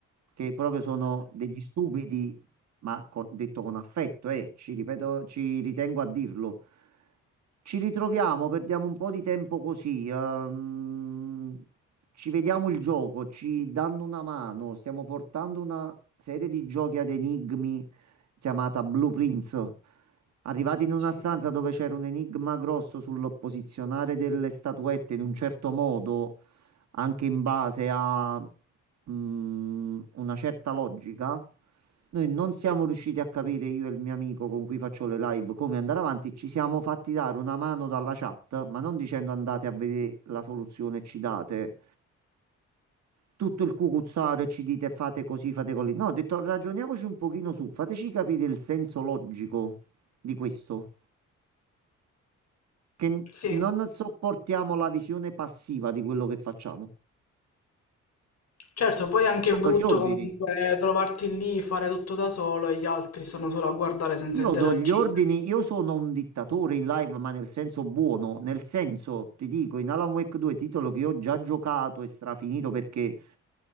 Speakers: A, on the right; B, on the left.
A: che proprio sono degli stupidi, ma co- detto con affetto, eh, ci ripeto, ci ritengo a dirlo. Ci ritroviamo, perdiamo un po' di tempo così, ehm, ci vediamo il gioco, ci danno una mano, stiamo portando una serie di giochi ad enigmi chiamata Blue Prince. Arrivati in una
B: Sì,
A: stanza dove c'era un enigma grosso sul posizionare delle statuette in un certo modo, anche in base a mm, una certa logica, noi non siamo riusciti a capire, io e il mio amico con cui faccio le live, come andare avanti. Ci siamo fatti dare una mano dalla chat, ma non dicendo andate a vedere la soluzione e ci date tutto il cucuzzaro e ci dite fate così, fate così. No, ho detto ragioniamoci un pochino su, fateci capire il senso logico di questo, che n-
B: sì.
A: non sopportiamo la visione passiva di quello che facciamo.
B: Certo, poi è anche
A: Io
B: brutto
A: do gli ordini,
B: comunque trovarti lì, fare tutto da solo e gli altri sono solo a guardare senza
A: Io
B: interagire.
A: do gli ordini, io sono un dittatore in live, ma nel senso buono, nel senso, ti dico, in Alan Wake 2, titolo che ho già giocato e strafinito perché